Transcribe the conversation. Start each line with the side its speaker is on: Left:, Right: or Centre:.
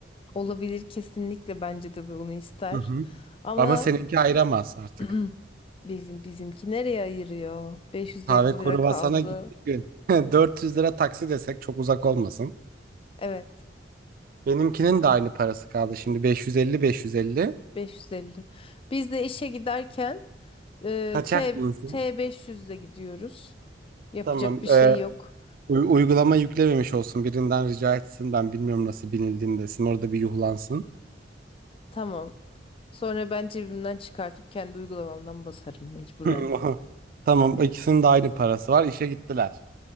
Left: Olabilir kesinlikle bence de bunu ister.
Right: Hı hı.
Left: Ama
Right: Ama seninki ayıramaz artık.
Left: <clears throat> bizim bizimki nereye ayırıyor? 550
Right: Kahve kuruvasana
Left: lira kaldı.
Right: gittik gün. <laughs> 400 lira taksi desek çok uzak olmasın.
Left: Evet.
Right: Benimkinin de aynı parası kaldı şimdi beş beş yüz elli beş yüz 550
Left: 550. Biz de işe giderken e,
Right: Kaçak
Left: T,
Right: binsin.
Left: T500'le gidiyoruz. Yapacak
Right: Tamam.
Left: bir şey
Right: Ee,
Left: yok.
Right: u- uygulama yüklememiş olsun. Birinden rica etsin. Ben bilmiyorum nasıl binildiğini desin. Orada bir yuhlansın.
Left: Tamam. Sonra ben cebimden çıkartıp kendi uygulamamdan basarım mecburen.
Right: <laughs> Tamam. ikisinin de aynı parası var. İşe gittiler.